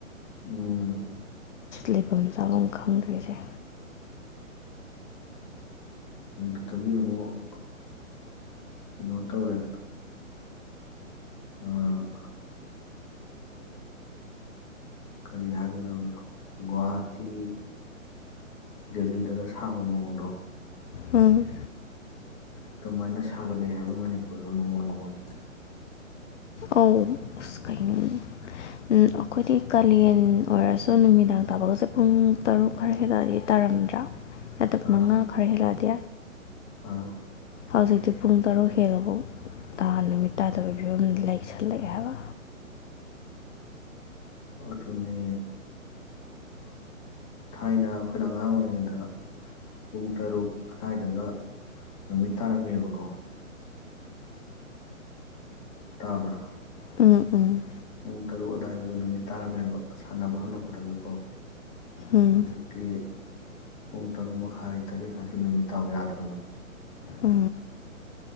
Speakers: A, on the left (about 30°); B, on the left (about 60°).
A: ꯎꯝ
B: ꯂꯩꯐꯝ ꯆꯥꯐꯝ ꯈꯪꯗ꯭ꯔꯤꯁꯦ
A: ꯑꯗꯨꯗꯨꯗꯒꯤ ꯑꯃꯨꯛ ꯀꯩꯅꯣ ꯇꯧꯔꯦ ꯑꯝ ꯀꯔꯤ ꯍꯥꯏꯒꯗꯕꯅꯣ ꯒꯨꯍꯥꯇꯤ ꯗꯦꯜꯂꯤꯗꯒ ꯁꯥꯝꯕ ꯃꯑꯣꯡꯗꯣ
B: ꯎꯝ
A: ꯑꯗꯨꯃꯥꯏꯅ ꯁꯥꯒꯠꯂꯦ ꯍꯥꯏꯕ ꯃꯅꯤꯄꯨꯔꯁꯨ ꯅꯣꯡꯃ ꯅꯣꯡꯃꯒꯤ
B: ꯑꯧ ꯑꯁ ꯀ ꯑꯩꯈꯣꯏꯗꯤ ꯀꯥꯂꯦꯟ ꯑꯣꯏꯔꯁꯨ ꯅꯨꯃꯤꯗꯥꯡ ꯇꯥꯕꯒꯁꯦ ꯄꯨꯡ ꯇꯔꯨꯛ ꯈꯔ ꯍꯗꯗꯤ ꯇꯥꯔꯝꯗ꯭ꯔꯥ ꯂꯇ
A: ꯑꯥ
B: ꯃꯉꯥ ꯈꯔ ꯍꯦꯜꯂꯛꯑꯗꯤ
A: ꯑꯥ
B: ꯍꯧꯖꯤꯛꯇꯤ ꯄꯨꯡ ꯇꯔꯨꯛ ꯍꯦꯜꯂꯐꯥꯎ ꯇꯥ ꯅꯨꯃꯤꯠ ꯇꯥꯗꯕꯒꯤ ꯐꯤꯕꯝꯗ ꯂꯩꯁꯜꯂꯛꯑꯦ ꯍꯥꯏꯕ
A: ꯑꯗꯨꯅꯦ ꯊꯥꯏꯅ ꯑꯩꯈꯣꯏꯅ ꯑꯉꯥꯡ ꯑꯣꯏꯔꯤꯉꯩꯗ ꯄꯨꯡ ꯇꯔꯨꯛ ꯑꯗꯨꯋꯥꯏꯗꯗ ꯅꯨꯃꯤꯠ ꯇꯥꯔꯝꯃꯦꯕꯀꯣ ꯇꯥꯕ꯭ꯔꯥ
B: ꯎꯝ ꯎꯝ
A: ꯄꯨꯡ ꯇꯔꯨꯛ ꯑꯗꯨꯋꯥꯏꯗ ꯅꯨꯃꯤꯠ ꯇꯥꯔꯝꯃꯦꯕ ꯁꯥꯟꯅꯕ ꯍꯜꯂꯛꯄꯗꯒꯤꯀꯣ
B: ꯎꯝ
A: ꯑꯗꯨꯗꯛꯇꯤ ꯄꯨꯡ ꯇꯔꯨꯛ ꯃꯈꯥꯏ ꯇꯔꯦꯠ ꯑꯁꯤ ꯑꯁꯤ ꯅꯨꯃꯤꯠ ꯇꯥꯕ ꯌꯥꯗ꯭ꯔꯕꯅꯤ
B: ꯑ